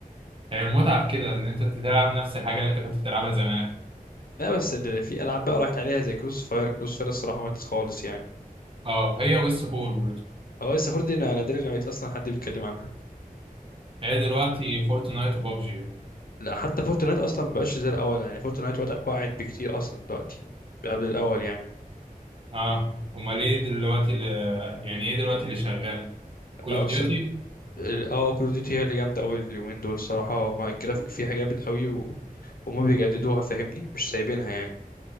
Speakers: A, on the right (about 35°); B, on the left (about 75°).
A: هي المتعة في كده ان انت تلعب نفس الحاجة اللي انت كنت بتلعبها زمان
B: لا بس اللي في العاب بقى راحت عليها زي كروس فاير كروس فاير الصراحه ماتت خالص يعني
A: اه هي ويس فول برضه
B: هو لسه فور دي انا نادرا لما لقيت اصلا حد بيتكلم عنها
A: هي دلوقتي فورتنايت وبابجي
B: لا حتى فورتنايت اصلا مبقاش زي الاول يعني فورتنايت وقع- وقعت بكتير اصلا دلوقتي قبل الاول يعني
A: اه امال ايه دلوقتي اللي يعني ايه دلوقتي اللي شغال كول
B: او
A: اوف ديوتي
B: س... ال- اه كول اوف ديوتي هي اللي جامده قوي اليومين دول الصراحه هما الجرافيك فيها جامد قوي و... وما بيجددوها فاهمني مش سايبينها يعني